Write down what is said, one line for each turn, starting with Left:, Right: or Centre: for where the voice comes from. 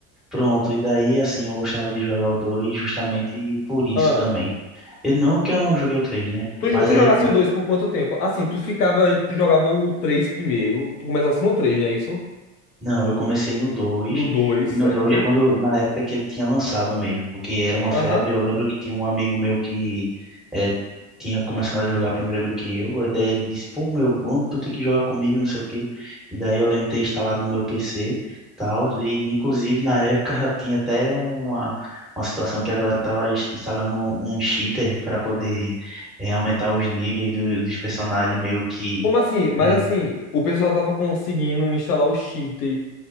Centre: pronto, e daí, assim, eu gostava de jogar o 2 justamente por isso
Left: Ah,
Centre: também. Eu, não que eu não joguei o três, né?
Left: tu,
Centre: Mas
Left: tu
Centre: aí,
Left: jogasse
Centre: na-
Left: o 2 por quanto tempo? Assim, tu ficava, tu jogava o 3 primeiro, tu começasse no três não é isso?
Centre: não, eu comecei no dois
Left: No dois
Centre: e no
Left: certo?
Centre: dois quando, na época que ele tinha lançado mesmo, porque era uma
Left: Aham.
Centre: febre, eu lembro que tinha um amigo meu que eh, tinha começado a jogar primeiro do que eu, e daí ele disse, pô, meu, vamos, tu tem que jogar comigo, não sei o quê. E daí eu lembro de ter instalado no meu PC, tal, e inclusive na época <laughs> já tinha até uma, uma situação que a galera tava ins- instalando um, um cheater para poder eh, aumentar os níveis do- dos personagens meio que...
Left: Como assim? Mas
Centre: eh,
Left: assim, o pessoal tava conseguindo instalar o cheat